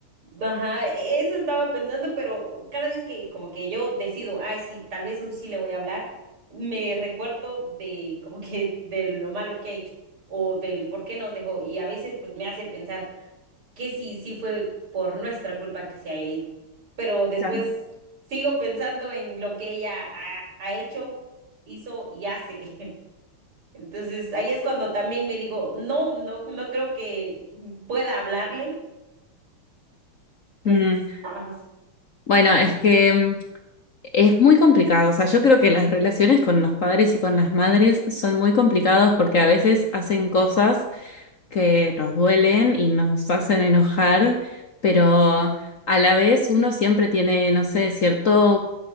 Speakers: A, on the right (about 75°); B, on the left (about 50°).
A: Ajá, e-, eso estaba pensando, pero cada vez que como que yo decido, ay, sí, tal vez hoy sí le voy a hablar, me recuerdo de como que de lo malo que ha hecho o del por qué nos dejó y a veces pues me hace pensar que sí, sí fue por nuestra culpa que se haya ido, pero después
B: Claro.
A: sigo pensando en lo que ella ha, ha hecho, hizo y hace. <laughs> Entonces ahí es cuando también me digo, no, no, no creo que pueda hablarle, pues...
B: Mm,
A: ajá.
B: Bueno, es que mm, Es muy complicado, o sea, yo creo que las relaciones con los padres y con las madres son muy complicadas porque a veces hacen cosas que nos duelen y nos hacen enojar, pero a la vez uno siempre tiene, no sé, cierto